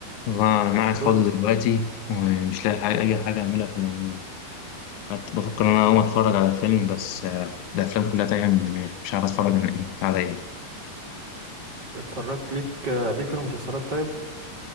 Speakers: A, on the left (about 75°); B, on the right (about 30°).
A: والله أنا
B: بقول
A: قاعد فاضي
B: لك
A: دلوقتي ومش لاقي حاجة أي حاجة أعملها في العموم قعدت بفكر إن أنا أقوم أتفرج على فيلم بس آه، الأفلام كلها تايهة من دماغي مش عارف أتفرج عن إيه على إيه
B: اتفرجت ليك ليك في المسلسلات طيب